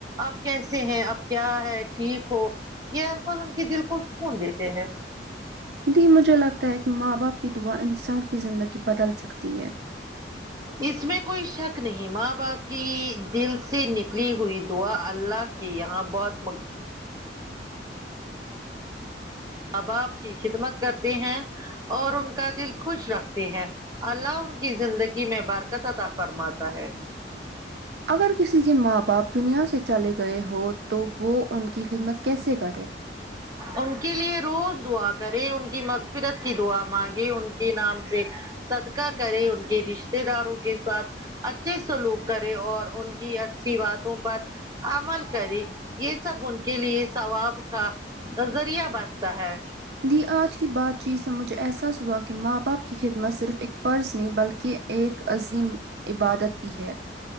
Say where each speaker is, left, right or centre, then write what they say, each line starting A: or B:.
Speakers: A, on the right; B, on the right.
A: آپ کیسے ہیں اب کیا ہے ٹھیک ہو یہ الفاظ ان کے دل کو سکون دیتے ہیں
B: دی مجھے لگتا ہے کہ ماں باپ کی دعا انسان کی زندگی بدل سکتی ہے
A: اس میں کوئی شک نہیں ماں باپ کی دل سے نکلی ہوئی دعا اللہ کہ یہاں بہت ماں باپ کی خدمت کرتے ہیں اور ان کا دل خوش رکھتے ہیں اللہ ان کی زندگی میں برکت عطا فرماتا ہے
B: اگر کسی کے ماں باپ دنیا سے چلے گئے ہو تو وہ ان کی خدمت کیسے کرے
A: ان کے لیے روز دعا کرے ان کی مغفرت کی دعا مانگے ان کے نام سے صدقہ کرے ان کے رشتے داروں کے ساتھ اچھے سلوک کرے اور ان کی اچھی باتوں پر عمل کرے یہ سب ان کے لیے ثواب کا ظریعہ بنتا ہے
B: دی آج کی بات چیت سے مجھے احساس ہوا کہ ماں باپ کی خدمت صرف ایک فرض نہیں بلکہ ایک عظیم عبادت بھی ہے